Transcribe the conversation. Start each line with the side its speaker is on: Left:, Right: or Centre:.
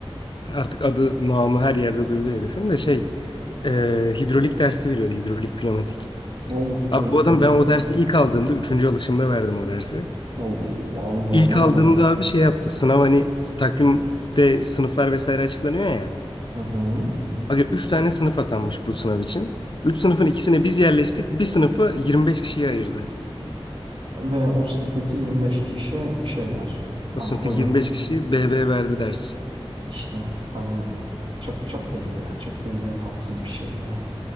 Left: Artık adı namı her yerde duyuluyor herifin de şey e, hidrolik dersi veriyordu hidrolik pneumatik.
Right: o hidrolik
Left: Abi bu adam
Right: pneumatik.
Left: ben o dersi ilk aldığımda üçüncü alışımda verdim o dersi.
Right: Oo, abi normal
Left: İlk aldığımda
Right: ama ya.
Left: abi şey yaptı sınav hani takvimde sınıflar vesaire açıklanıyor ya.
Right: Hı hı.
Left: Abi 3 tane sınıf atanmış bu sınav için. 3 sınıfın ikisine biz yerleştik bir sınıfı 25 kişiye ayırdı.
Right: Ve o sınıftaki 25 kişi şeyler.
Left: O
Right: Hani
Left: sınıftaki
Right: hocanız
Left: 25 kişi BB verdi ders.
Right: işte hani çok çok belli ya. Çok belli ve tatsız bir şey ya.